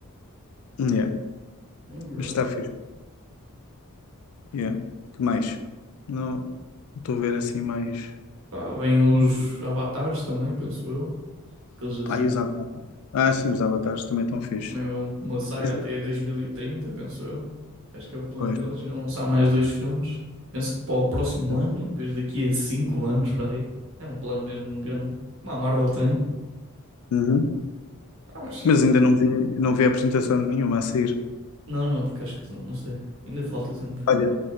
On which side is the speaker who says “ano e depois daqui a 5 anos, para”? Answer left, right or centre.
Right